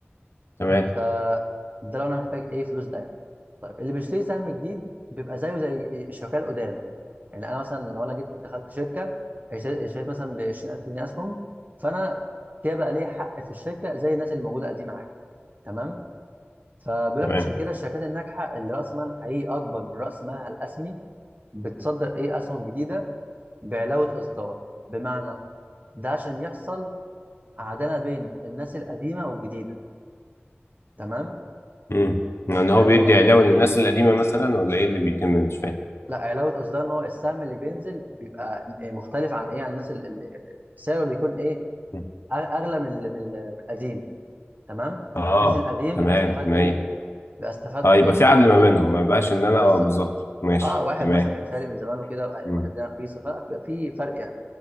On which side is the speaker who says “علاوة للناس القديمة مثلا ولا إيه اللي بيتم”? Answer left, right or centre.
Left